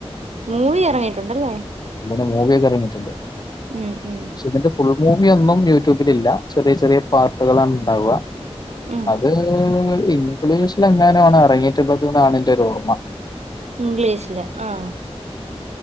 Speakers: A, on the right; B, on the left.
A: മൂവീ ഇറങ്ങിയിട്ടുണ്ടല്ലേ
B: തിന്റെ മൂവിയൊക്കെ ഇറങ്ങിട്ടുണ്ട്
A: ഉം ഉം
B: ഇതിന്റെ ഫുൾ മൂവിയൊന്നും യൂട്യൂബിലില്ല ചെറിയ ചെറിയ പാർട്ടുകളാണ് ഉണ്ടാവ്വാ
A: ഉം
B: അത് ഇംഗ്ലീഷിലങ്ങാനവാണ് ഇറങ്ങിയിട്ടുള്ളത് എന്നാണ് എൻ്റെ ഓർമ്മ
A: ഇംഗ്ലീഷില് ആഹ്